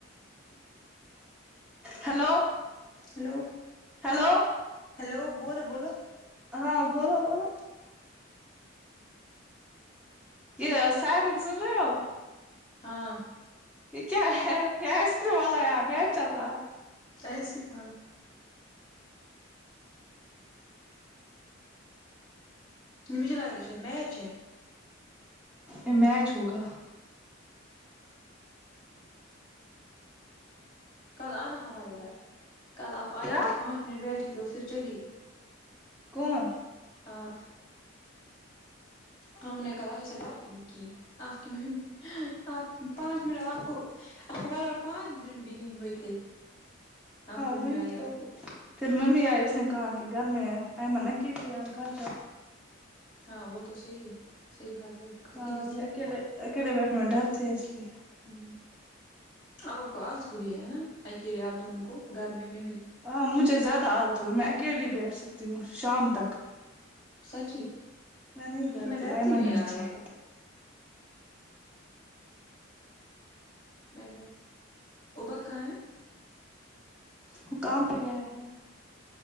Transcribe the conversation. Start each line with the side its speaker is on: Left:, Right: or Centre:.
Centre: ہیلو
Left: ہیلو
Centre: ہیلو
Left: ہیلو بولو بولو
Centre: ہاں بولو بولو یہ سرن سن رہے ہو
Left: ہاں
Centre: یہ کیا ہے یہ آئس کریم والا مچ چل رہا ہے
Left: تہذب والا نہیں مجھے لگ رہا ہے شاید میچ ہے
Centre: ا میچ ہوگا
Left: کل آنا ہمارے گھر کل آپ آئی
Centre: کیا
Left: بس پانچ منٹ بیٹھی تو پھر چلی
Centre: کون
Left: آف ہم نے <unintelligible> سے بات بھی نہیں کی آپ کی آپ پانچ منٹ آپ کو آپ کو بارابر پانچ منٹ بھی نہیں ہوئے تھے آپ کی
Centre: وہیں
Left: ممی آئی
Centre: تو
Left: آپ کو
Centre: پھر ممی آئی اس نے کہا کہ گھر میں ایمن اکیلی آب گھر چل
Left: ہاں وہ تو صحیح ہے صحیح بات ہے
Centre: ہاں
Left: اکیلی
Centre: یہ
Left: تھی
Centre: اکیلے اکیلے بیٹھنے میں ڈرتی اس لیے
Left: ہ اب آ اپ کوو عادت ہبی ہے نا اکیلے آپ دونوں کو گھر میں ممی
Centre: ہاں مجھے زیادہ عادت ہوگی میں اکیلیے بیٹھ سکتی ہوں شام تک
Left: سچی
Centre: میں نہیں ڈرتی
Left: میں
Centre: آئمن
Left: ہوں یار
Centre: ڈرتیہے
Left: واللہ میں ڈرتی ابا کہاں ہے
Centre: ح کاام پہ گیا ہے